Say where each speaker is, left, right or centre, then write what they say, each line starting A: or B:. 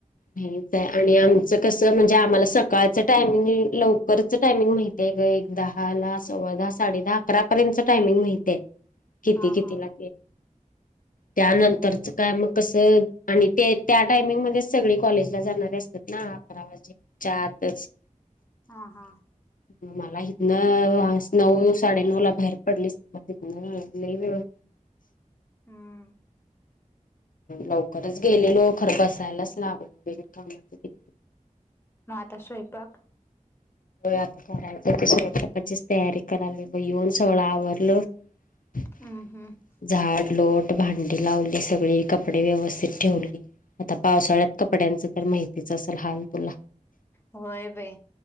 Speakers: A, on the left; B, on the left.
A: नाहीच आहे आणि आमचं कसं म्हणजे आम्हाला सकाळचं टायमिंग लवकरच टायमिंग माहि ते एक दहा ला सव्वा दहा साडे दहा अकरा पर्यंतच टायमिंग माहितय किती
B: हा
A: किती
B: हा
A: ला.. त्यानंतरच काय मग कस आणि ते त्या टायमिंग मध्येचं... सगळी कॉलेज ला जाणारे असतात ना अकरा वाजच्या आतच..
B: हा हा.
A: हम. मला हिथनं नऊ साडेनऊ ला बाहेर पडलीस मग तिथनं लई वेळ
B: हम्म.
A: लवकरच गेलेलो खर बसायलाच लागल बिन कामाचं
B: मग आता स्वयंपाक.
A: आता करायच ते स्वयंपाकाचीच तयारी करायला येऊन सगळं आवरलं. रिकामा ऑडिओ
B: हम्म हम्म
A: झाड लोट भांडी लावली सगळी कपडे व्यवस्थित ठेवली. आता पावसाळ्यात कपड्यांच तर माहितीच असेल हाल तुला
B: होय बाई